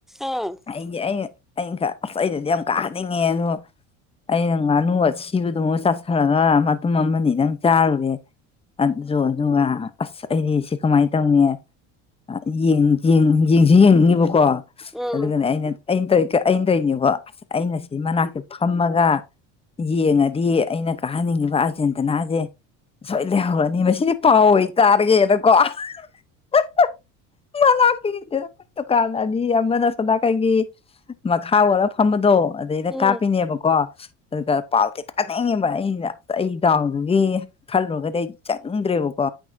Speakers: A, in the centre; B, on the left (about 15°).
A: ꯑꯥ
B: ꯑꯩꯁꯦ ꯑꯩꯅ ꯑꯩꯅ ꯈꯜꯂꯦ ꯑꯩꯅꯗꯤ ꯌꯥꯝ ꯀꯥꯍꯟꯅꯤꯡꯉꯦ ꯑꯗꯣ ꯑꯩꯅ ꯉꯥꯅꯨ ꯑꯁꯤꯕꯗꯨꯃ ꯆꯥꯁꯤꯜꯂꯒ ꯃꯇꯨꯝ ꯑꯃꯅꯤꯗꯪ ꯆꯥꯔꯨꯔꯦ ꯑꯗꯨꯒ ꯑꯁ ꯑꯩꯗꯤ ꯁꯤ ꯀꯃꯥꯏꯅ ꯇꯧꯅꯤ ꯑ ꯌꯦꯡ ꯌꯦꯡꯁꯨ ꯌꯦꯡꯅꯤꯡꯉꯤꯕꯀꯣ
A: ꯑꯥ ꯎꯝ
B: ꯑꯗꯨꯒꯅꯦ ꯑꯩꯅ ꯑꯩꯅ ꯇꯧ ꯑꯩꯅ ꯇꯧꯏꯅꯤꯀꯣ ꯑꯁ ꯑꯩꯅ ꯑꯁꯤ ꯃꯅꯥꯛꯇ ꯐꯝꯃꯒ ꯌꯦꯡꯉꯗꯤ ꯑꯩꯅ ꯀꯥꯍꯟꯅꯤꯡꯉꯤꯕ ꯑꯥꯔꯖꯦꯟꯇꯤꯅꯥꯁꯦ ꯁꯣꯏꯗꯅ ꯂꯩꯍꯧꯔꯅꯤ ꯃꯁꯤꯗꯤ ꯄꯥꯎ ꯑꯣꯏꯅ ꯇꯥꯔꯒꯦꯅꯀꯣ ꯍꯥ ꯍꯥ ꯃꯅꯥꯛ ꯗꯨꯀꯥꯟ ꯑꯅꯤ ꯑꯃꯅ ꯁꯣꯝꯅꯥꯀꯟꯒꯤ ꯃꯈꯥ ꯑꯣꯜꯂꯒ ꯐꯝꯕꯗꯣ ꯑꯗꯩꯗ
A: ꯎꯝ
B: ꯀꯥꯞꯄꯤꯅꯤꯕꯀꯣ ꯑꯗꯨꯒ ꯄꯥꯎꯗꯤ ꯇꯥꯅꯤꯡꯉꯤꯕ ꯑꯩꯅ ꯑꯩ ꯗꯥꯎꯗꯨꯒꯤ ꯈꯜꯂꯨꯔꯒ ꯑꯩ ꯆꯪꯅꯤꯡꯗ꯭ꯔꯦꯕꯀꯣ